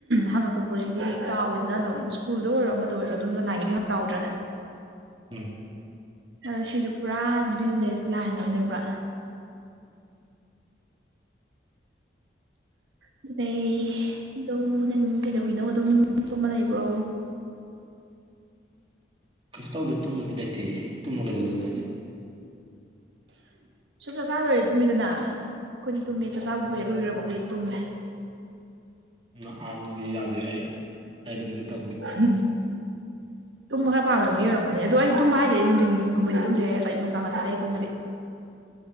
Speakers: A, on the right; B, on the right.
A: ꯍꯪꯉꯛꯄ ꯄꯣꯠꯁꯤꯗꯤ ꯆꯥꯎꯋꯤꯗꯅ ꯑꯗꯨꯝ ꯁ꯭ꯀꯨꯜꯗ ꯑꯣꯏꯔꯣꯗ ꯑꯣꯏꯔꯣ ꯑꯗꯨꯝ ꯂꯅꯥꯏꯗꯤ ꯆꯥꯎꯗ꯭ꯔꯅꯦ
B: ꯎꯝ
A: ꯑ ꯁꯤꯁꯨ ꯄꯨꯔꯥ ꯕꯤꯖꯤꯅꯦꯁ ꯂꯥꯏꯟ ꯑꯃꯅꯦ ꯄꯨꯔꯥ ꯑꯗꯨꯗꯩ ꯑꯗꯣ ꯅꯪ ꯀꯩꯗꯧꯔꯤꯅꯣ ꯑꯗꯨꯝ ꯇꯨꯝꯕ ꯂꯩꯕ꯭ꯔꯣ
B: ꯀꯩꯁꯨ ꯇꯧꯗꯦ ꯇꯨꯝꯃꯗꯤ ꯂꯩꯇꯦ ꯇꯨꯝꯃ ꯀꯩꯗꯧꯣꯏꯣꯁꯦ
A: ꯁꯨꯝ ꯆꯆꯥ ꯂꯣꯏꯔꯦ ꯇꯨꯝꯃꯤꯗꯅ ꯑꯩꯈꯣꯏꯗꯤ ꯇꯨꯝꯃꯦ ꯆꯥꯛꯆꯥꯕꯨ ꯍꯦꯛ ꯂꯣꯏꯈ꯭ꯔꯕ ꯑꯩꯈꯣꯏꯗꯤ ꯇꯨꯝꯃꯦ
B: ꯑꯍꯥꯟꯗꯨꯗꯤ ꯌꯥꯗꯦ ꯑꯩ ꯑꯩ ꯑꯗꯨꯝꯕꯨꯗꯤ ꯇꯧꯗꯦ
A: ꯎꯝ ꯇꯨꯝꯕ ꯈꯔ ꯄꯥꯝꯗꯕ ꯑꯣꯏꯔꯝꯒꯅꯤ ꯑꯗꯣ ꯑꯩ ꯇꯨꯝꯕ ꯍꯥꯏꯁꯦ ꯑꯩ ꯅꯨꯡꯊꯤꯟꯒꯨꯝꯕꯗꯤ ꯇꯨꯝꯗꯦ ꯑꯩ ꯅꯨꯡꯗꯥꯡ ꯈꯛꯇꯅꯦ ꯑꯩ ꯇꯨꯝꯕꯗꯤ